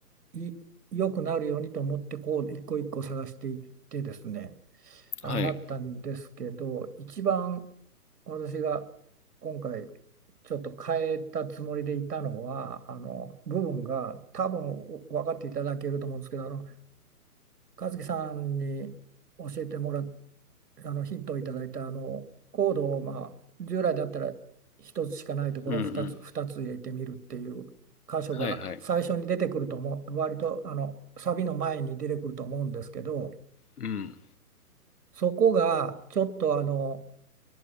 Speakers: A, on the right; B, on the left.
A: い良くなるようにと思ってこう一個一個探していってですねああなったんですけど一番
B: はい
A: 私が今回ちょっと変えたつもりでいたのはあの部分が多分分かっていただけると思うんですけどあの和樹さんに教えてもらっあのヒントをいただいたあのコードを、まあ、従来だったら一つしかないところを2つ、
B: うんうん
A: 2つ入れてみるっていう箇所が最初に出てくると思う割とあのサビの前に出てくると思うんですけど
B: はいはいうん
A: そこがちょっとあの